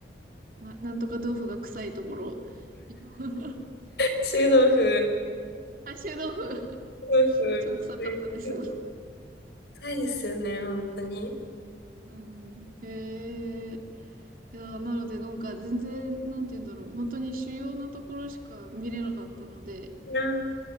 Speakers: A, on the right; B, on the left.
A: な、なんとか豆腐が臭いところ。<laughs>
B: 臭豆腐、
A: あ、臭豆腐、
B: 臭豆腐、
A: 超臭かったです。
B: 臭いですよね本当に。
A: うんうん。へえ。いや、なので、なんか全然、なんて言うんだろう。本当に主要なところしか見れなかったので、
B: いや